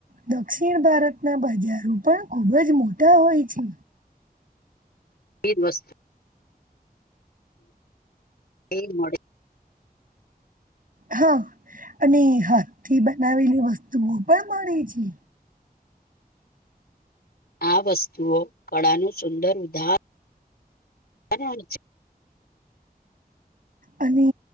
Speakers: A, on the right; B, on the left.
A: દક્ષિણ ભારતના બજારો પણ ખૂબ જ મોટા હોય છે.
B: એક વસ્તુ એ મડે
A: હા અને હાથ થી બનાવેલી વસ્તુઓ પણ મળે છે.
B: આ વસ્તુઓ કળાનું સુંદર ઉધાર <inaudible>
A: અને